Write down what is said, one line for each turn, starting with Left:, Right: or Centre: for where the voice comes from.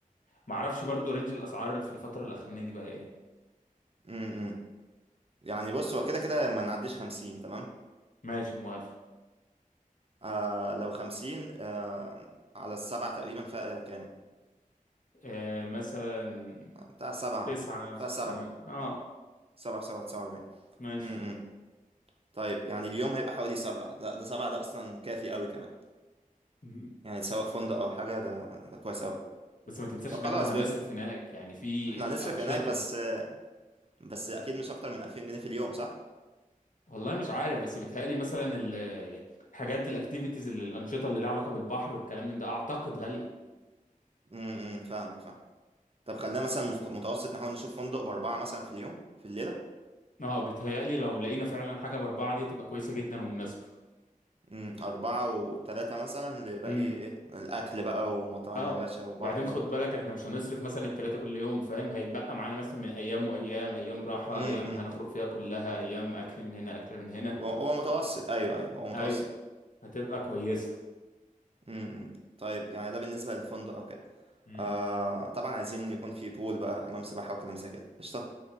Left: ما اعرفش برضو رينج الاسعار في الفتره الاخرانيه دي بقى ايه
Right: إمم، إمم. يعني بص هو كده كده ما نعديش 50 تمام
Left: ماشي موافق
Right: آه لو 50 آه على السبعة تقريبا فيها كام
Left: آه مثلا
Right: بتاع سبعة
Left: تسعة
Right: فيها سبعة
Left: تمن اه
Right: سبعة في سبعة في 49
Left: ماشي
Right: امم إمم. طيب يعني اليوم هيبقى حوالي سبعة لا ده سبعة ده اصلا كافي قوي كمان
Left: مم.
Right: يعني سواء فندق او حاجة ده ده كويس قوي
Left: بس ما تنساش
Right: طب
Left: ان احنا
Right: خلاص
Left: هنصرف
Right: بقى
Left: هناك يعني في
Right: احنا
Left: انشطه
Right: هنصرف هناك بس بس اكيد مش اكتر من 2000 جنيه في اليوم صح
Left: والله مش عارف بس بيتهيألي مثلا ال- الحاجات الاكتيفيتيز اللي الانشطه اللي لها علاقه بالبحر والكلام من ده اعتقد غاليه
Right: امم امم، فاهمك فاهم طب خلينا مثلا مت- متوسط نحاول نشوف فندق بأربعة مثلا في اليوم في الليلة
Left: اه بيتهيألي لو لقينا فعلا حاجه باربعه دي تبقى كويسه جدا ومناسبه
Right: امم أربعة وتلاتة مثلا لباقي
Left: امم
Right: إيه الأكل بقى ومطاعم
Left: اه
Right: يا باشا وبحر
Left: وبعدين خد
Right: و...
Left: بالك احنا مش هنصرف مثلا التلاته كل يوم فاهم هيتبقى معانا مثلا من ايام وايام ايام راحه
Right: امم
Left: ايام
Right: امم.
Left: هنخرج فيها كلها ايام اكل من هنا اكل من هنا
Right: هو هو متوسط أيوه أيوه هو متوسط
Left: ايوه هتبقى كويسه
Right: امم امم. طيب يعني ده بالنسبة للفندق أو كده
Left: امم
Right: آه طبعا عايزين يكون في بول بقى حمام سباحة وكلام زي كده قشطة